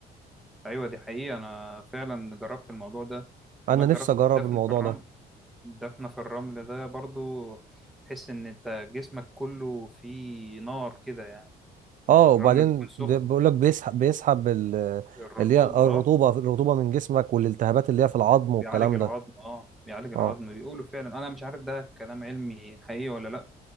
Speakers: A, in the centre; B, on the right.
A: ايوه دي حقيقة انا فعلا جربت الموضوع ده بقول
B: انا
A: لك
B: نفسي
A: جربت
B: اجرب
A: الدفن
B: الموضوع
A: في الرمل
B: ده
A: دفنة في الرمل ده برضو تحس إن أنت جسمك كله فيه نار كده يعني
B: اه وبعدين
A: الرمل بيكون سخن
B: ده بيقول لك بيسحب بيسحب ال-
A: الرطوبة
B: اللي هي الرطوبه
A: أه
B: الرطوبه من جسمك والالتهابات اللي هي في العظم والكلام
A: بيعالج العظم
B: ده
A: أه بيعالج العظم
B: اه
A: بيقولوا فعلا أنا مش عارف ده كلام علمي حقيقي ولا لأ